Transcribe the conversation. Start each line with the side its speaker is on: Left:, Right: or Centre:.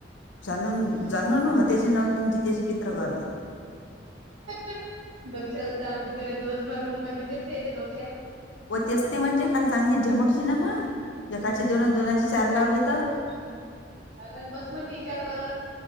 Left: जाणून
Right: हम्
Left: जाणून होत्याचे नव्हते आणि जित्याचे पित्र करते
Right: <unintelligible> <unintelligible> डोक्शाला ताप मेरा दिवस भर म्हणते तेच येते डोक्यात.
Left: व तेच ते म्हणजे काल चांगली झमकली ना मग एकाचे दोन दोनाचे चार लावले तर
Right: <unintelligible> बस म्हणती विचार करत.